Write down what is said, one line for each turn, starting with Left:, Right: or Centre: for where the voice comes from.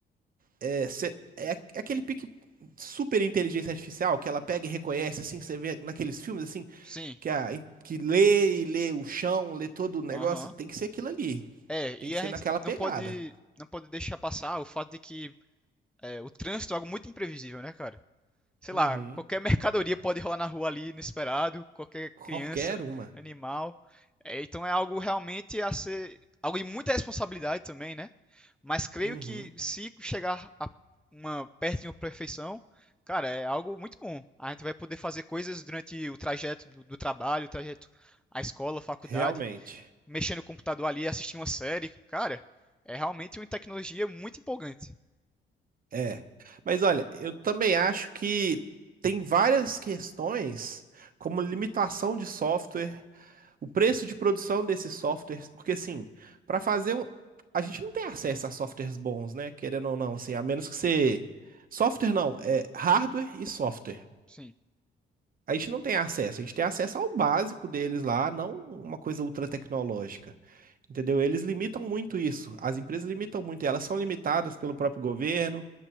Right: É, cê- é, é aquele pique super inteligência artificial que ela pega e reconhece, assim, você vê naqueles filmes, assim,
Centre: Sim,
Right: que, a, que lê e lê o chão, lê todo o negócio.
Centre: aham.
Right: Tem que ser aquilo ali.
Centre: É, e
Right: Tem que
Centre: a
Right: ser
Centre: gente
Right: naquela
Centre: não
Right: pegada.
Centre: pode, não pode deixar passar o fato de que é, o trânsito é algo muito imprevisível, né, cara? sei
Right: Uhum.
Centre: lá, qualquer mercadoria pode rolar na rua ali inesperado, qualquer
Right: Qualquer
Centre: criança,
Right: uma.
Centre: animal. É, então é algo realmente a ser, algo de muita responsabilidade também, né? Mas creio
Right: Uhum.
Centre: que se chegar a uma perto de uma perfeição, cara, é algo muito bom. A gente vai poder fazer coisas durante o trajeto do, do trabalho, o trajeto à escola, à faculdade,
Right: Realmente.
Centre: mexer no computador ali, assistir uma série, cara, é realmente uma tecnologia muito empolgante.
Right: É. Mas olha, eu também acho que tem várias questões, como limitação de software, o preço de produção desses softwares, porque assim, para fazer um. A gente não tem acesso a softwares bons, né? Querendo ou não, assim, a menos que você. Software não, é hardware e software.
Centre: Sim,
Right: A gente não tem acesso, a gente tem acesso ao básico deles lá, não uma coisa ultra tecnológica. Entendeu? Eles limitam muito isso. As empresas limitam muito, e elas são limitadas pelo próprio governo.